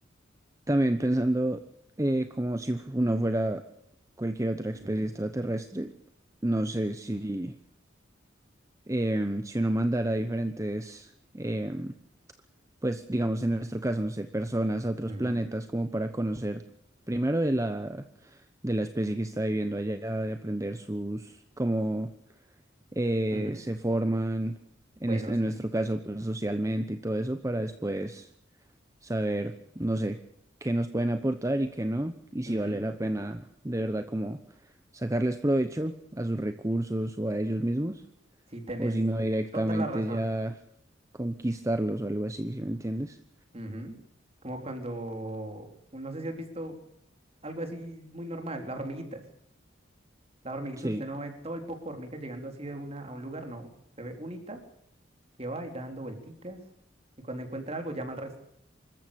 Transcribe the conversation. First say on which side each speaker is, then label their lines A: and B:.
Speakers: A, on the right; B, on the right.
A: también pensando eh, como si fu- uno fuera cualquier otra especie
B: Ujú,
A: extraterrestre, no sé si, em, si uno mandara diferentes, em, pues digamos en nuestro caso, no sé, personas a otros
B: ujú,
A: planetas como para conocer primero de la de la especie que está viviendo allá, de aprender sus, como eh,
B: ujú.
A: se forman, en,
B: Bueno,
A: es- en
B: sí,
A: nuestro caso, pues socialmente y todo eso, para después saber, no sé, qué nos pueden aportar y qué no, y
B: ujú,
A: si vale la pena de verdad como sacarles provecho a sus recursos o a ellos mismos,
B: Sí, tenés
A: o si no directamente
B: toda la razón.
A: ya conquistarlos o algo así, si me entiendes?
B: Ujú. Como cuando, no sé si has visto algo así muy normal, las hormiguitas. Las hormiguitas,
A: Sí,
B: usted no ve todo el poco hormiga llegando así de una a un lugar, no. Usted ve unita que va y dando vuelticas y cuando encuentra algo llama al resto.